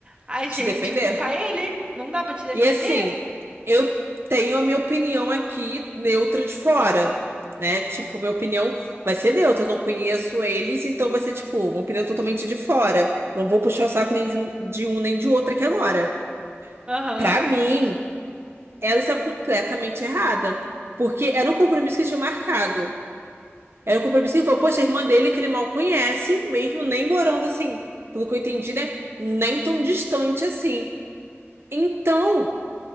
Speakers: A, on the right; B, on the right.
A: a
B: Te
A: gente
B: defender.
A: culpar ele, não dá pra te defender.
B: E assim, eu tenho a minha opinião aqui neutra de fora, né? Tipo, minha opinião vai ser neutra, eu não conheço eles, então vai ser tipo, uma opinião totalmente de fora. Não vou puxar o saco
A: Sim.
B: nem de um, de um nem de outro aqui agora.
A: Aham.
B: Pra mim, ela está completamente errada, porque era um compromisso que tinha marcado. Era um compromisso que ele falou, poxa, a irmã dele que ele mal conhece, mesmo nem morando assim, pelo que eu entendi, né? Nem tão distante assim. Então,